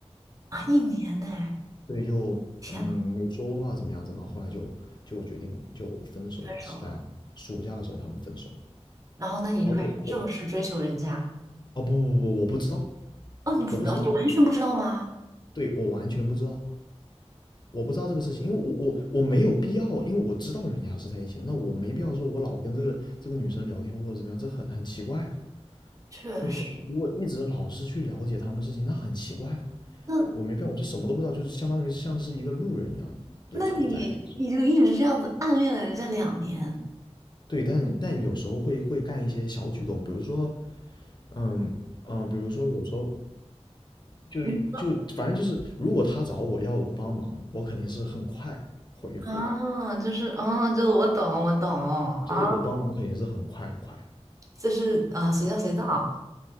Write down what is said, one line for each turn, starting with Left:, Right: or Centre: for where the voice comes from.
Right: 啊一年呢，
Left: 所以就嗯没说过话怎么样子，
Right: 天呐，
Left: 然后后来就就决定就分手了，
Right: 分手了，
Left: 是在暑假的时候他们分手，
Right: 然后那你就开始正式追求人家？
Left: 然后我我哦不不不我不知道
Right: 哦，你不知道，
Left: 我不知道，
Right: 你完全不知道吗？
Left: 对我完全不知道。我不知道这个事情，因为我我我没有必要，因为我知道人家是在一起的，那我没必要说我老跟这个这个女生聊天或者怎么样，这很很奇怪啊，
Right: 确实，
Left: 就很如果一直老是去了解他们的事情，那很奇怪啊，
Right: 那
Left: 我没必要，我就什么都不知道，就是相当于像是一个路人一样的存在那种。
Right: 那你你就一直这样子暗恋了人家两年，
Left: 对，但但有时候会会干一些小举动，比如说，嗯嗯、呃比如说有时候就就反正就是，
Right: 你不知道
Left: 如果他找我要我帮忙，我肯定是很快回复的，
Right: 啊，就是啊，就我懂，我懂啊，
Left: 就是我帮忙肯定是很快很快的。
Right: 就是啊，随叫随到